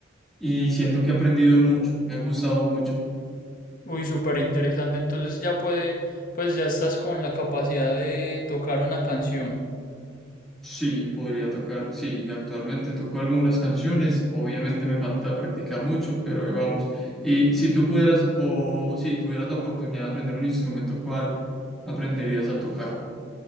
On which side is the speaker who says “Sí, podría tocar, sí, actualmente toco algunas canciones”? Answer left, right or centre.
Centre